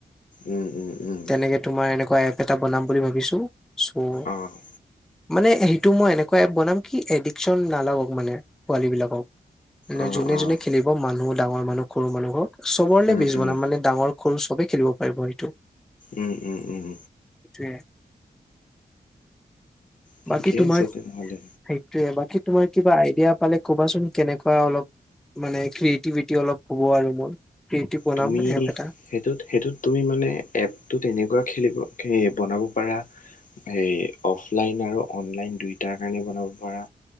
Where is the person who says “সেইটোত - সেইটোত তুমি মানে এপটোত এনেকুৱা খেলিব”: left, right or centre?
Left